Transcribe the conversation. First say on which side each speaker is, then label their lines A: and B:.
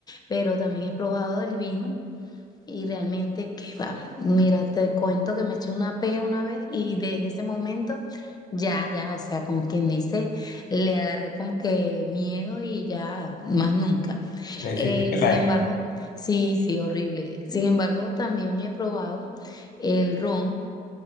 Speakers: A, on the left (about 25°); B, on the left (about 65°).
A: Pero también he probado el vino y realmente que va. Mira, te cuento que me eché una pea una vez y desde ese momento ya, ya, o sea, como quien dice, le agarré como que miedo y ya más nunca.
B: le hiciste
A: Eh, sin
B: la
A: embargo,
B: X.
A: sí, sí, horrible. Sin embargo, también he probado el ron.